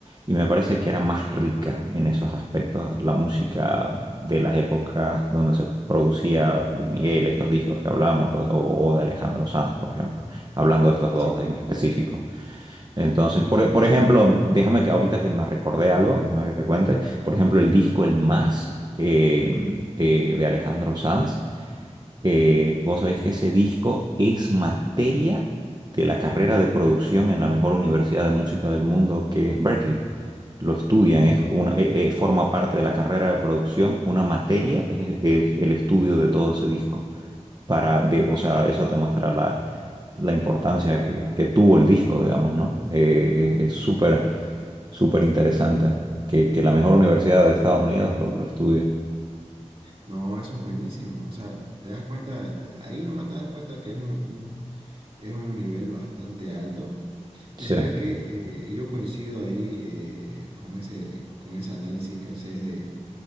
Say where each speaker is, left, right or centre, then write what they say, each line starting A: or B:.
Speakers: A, on the right (about 35°); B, on the right (about 50°).
A: Y me parece que era más rica en esos aspectos la música de las épocas donde se producía Luis Miguel, estos discos que hablamos, lo- o, o de Alejandro Sanz, por ejemplo, hablando de estos dos
B: Sí,
A: en específico. Entonces,
B: in-
A: por,
B: inclu-
A: por ejemplo,
B: Ujú.
A: déjame que ahorita que me recordé algo, déjame que te cuente, por ejemplo, el disco El Más eh, eh, de Alejandro Sanz. Eh, vos sabés que ese disco es materia de la carrera de producción en la mejor universidad de música del mundo, que es Berkeley. Lo estudian, es
B: No,
A: una, eh, eh, forma parte de la carrera de producción. Una materia es, es el estudio de todo ese disco. Para de, o sea, eso te muestra la, la importancia que, que tuvo el disco, digamos, ¿no? Eh, es súper, súper interesante que, que la mejor universidad de Estados Unidos lo, lo estudie.
B: no, eso es buenísimo. O sea, te das cuenta, ahí nomás te das cuenta que es un, un- es un nivel bastante alto Y
A: Sí,
B: sabes que yo coincido ahí eh, con ese, con ese análisis que haces de,